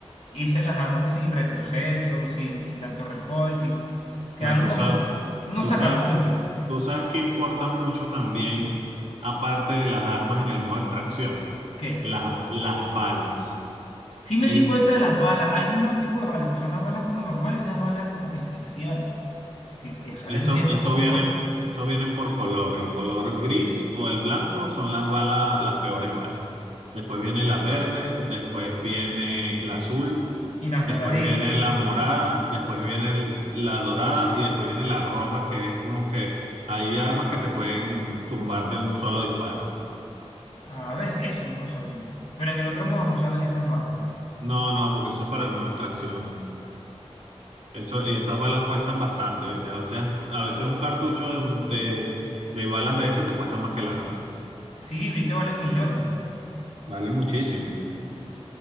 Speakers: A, on the left (about 75°); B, on the right (about 80°).
A: hice las armas sin retroceso, sin, sin tanto recoil, sin... Quedaron
B: No, tú
A: como
B: sabes,
A: unos
B: tú
A: sacapuntas.
B: sabes, tú sabes que importa mucho también, aparte de las armas en el modo extracción,
A: ¿Qué?
B: las, las balas.
A: Sí me
B: El,
A: di cuenta de las balas. Hay unos tipos de balas que son las balas como normales y unas balas como que especiales, que, que salen
B: eso,
A: bien
B: eso
A: costosas.
B: vienen, eso vienen por color. El color gris o el blanco son las balas, las peores balas. Después viene la verde, después viene la azul,
A: Y las
B: después
A: moraditas.
B: viene la morada, después viene el- la dorada y después viene la roja, que es como que hay armas que te pueden tumbar de un solo disparo.
A: A ver, eso no lo sabía. Pero en el otro modo no salen esas balas.
B: No, no, porque eso es para el modo de extracción. Eso, y esas balas cuestan bastante, ¿viste? A veces, a veces un cartucho de, un- de, de balas de eso te cuesta más que el arma.
A: Sí, vi que valen millones.
B: Vale muchísimo.